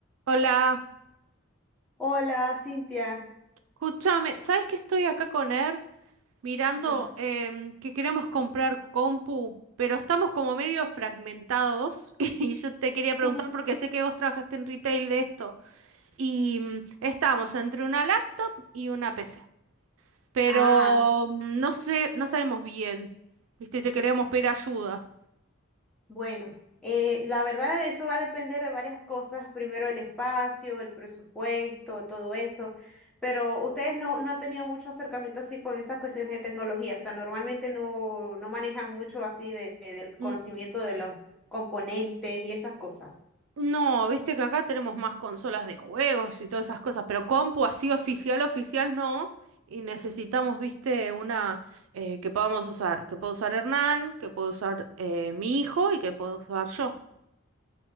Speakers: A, on the right (about 85°); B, in the centre.
A: Hola,
B: Hola, Cintia.
A: escúchame, ¿sabes que estoy acá con Er mirando
B: Ajá.
A: em, que queremos comprar compu, pero estamos como medio fragmentados <laughs> y yo te quería preguntar
B: <laughs>
A: porque sé que vos trabajaste en retail de esto y mm, estamos entre una laptop y una PC, pero
B: Ah,
A: mm, no sé, no sabemos bien, ¿viste? y Te queríamos pedir ayuda.
B: bueno, eh, la verdad eso va a depender de varias cosas. Primero el espacio, el presupuesto, todo eso. Pero ustedes no, no han tenido mucho acercamiento así con esas cuestiones de tecnología. O sea, normalmente no, no manejan mucho así de- de- del
A: Mm,
B: conocimiento de los componentes y esas cosas.
A: No, viste que acá tenemos más consolas de juegos y todas esas cosas, pero compu así oficial, oficial no. Y necesitamos, viste, una eh, que podamos usar. Que pueda usar Hernán, que pueda usar eh, mi hijo y que pueda usar yo.